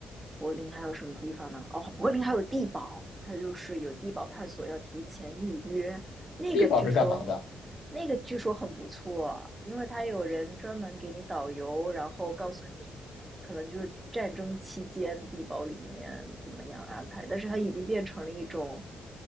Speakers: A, on the right; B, on the left.
A: 柏林还有什么地方呢？哦，柏林还有地堡，它就是有地堡探索，要提前预约。那个据说，
B: 地堡是干嘛的？
A: 那个据说很不错，因为它有人专门给你导游，然后告诉你，可能就是战争期间地堡里面怎么样安排。但是它已经变成了一种